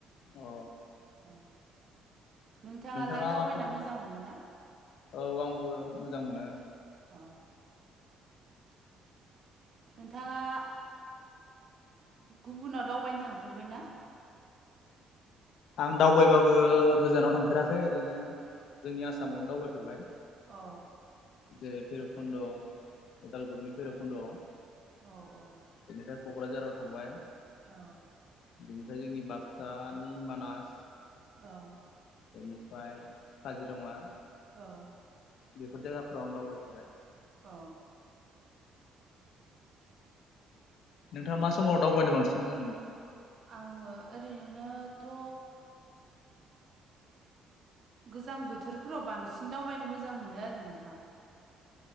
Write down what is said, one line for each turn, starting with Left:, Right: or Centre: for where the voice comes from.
Left: अ
Right: औ नोंथाङालाय
Left: नोंथाङा
Right: दावबायना
Left: बबे
Right: मोजां मोनो ना
Left: औ आंबो मोजां मोनो
Right: औ नोंथाङा गुबुनाव दावबायनो थांफेरबाय ना
Left: आं दावबायबाबो गोजानाव थांफेराखै ओरैनो जोंनि आसामावनो दावबायफेरबाय
Right: अ
Left: जेरै भैरबकुन्द' उदालगुरिनि भैरबकुन्द'आव
Right: औ औ
Left: बेनिफ्राय क'क्राझाराव थांबाय
Right: औ
Left: बेनिफ्राय जोंनि बाक्सानि मानास
Right: औ
Left: बेनिफ्राय काजि दङा
Right: औ
Left: बेफोर जायगाफोराव आं दावबायफाबाय
Right: अ
Left: नोंथाङा मा समावबायनो बांसिन मोजां मोनो
Right: आङो ओरैनोथ' गोजां बोथोरफोराव बांसिन दावबायनो मोजां मोनो आरो नोंथां